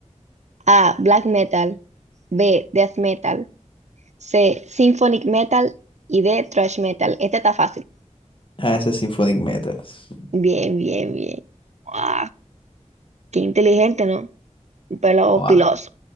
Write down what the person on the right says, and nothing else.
A. Black metal. B. Death metal. C. Symphonic metal. Y D. Thrash metal. Este está fácil.
Bien, bien, bien. ¡Guau! qué inteligente, ¿no? Un pelo
piloso.